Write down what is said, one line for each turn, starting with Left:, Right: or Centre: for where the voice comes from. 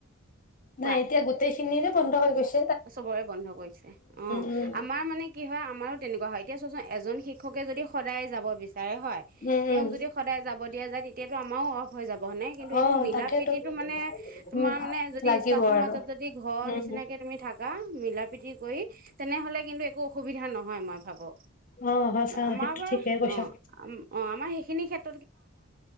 Left: নাই
Right: কোৱা
Left: এতিয়া গোটেই খিনিৰে বন্ধ হৈ গৈছ
Right: চবৰে বন্ধ কৰিছে, অ',
Left: উম
Right: আমাৰ মানে কি হয় আমাৰো তেনেকুৱা হয়, এতিয়া চোৱাচোন এজনী শিক্ষকে যদি সদায় যাব বিচাৰে হয়,
Left: উম
Right: তেওঁক
Left: উম
Right: যদি সদায় যাব দিয়া যায়, তেতিয়াতো আমাৰো অফ হৈ যাব হয়নে, কিন্তু এইটো
Left: অ
Right: মিলা
Left: তাকেতো
Right: প্ৰীতিটো মানে, তোমাৰ
Left: উম
Right: মানে যদি
Left: লাগিব
Right: ষ্টাফটোৰ
Left: আৰু
Right: মাজত যদি ঘৰৰ
Left: উম
Right: নিচিনাকে মি থাকা মিলা প্ৰতি কৰি, তেনেহ'লে কিন্তু একো অসুবিধা নহয় মই ভাবো,
Left: অ সঁচা
Right: আমাৰ
Left: সেইটো
Right: বাৰু,
Left: ঠিকেই কৈছা
Right: অ', উম, অ'। আমাৰ সেইখিনি খেত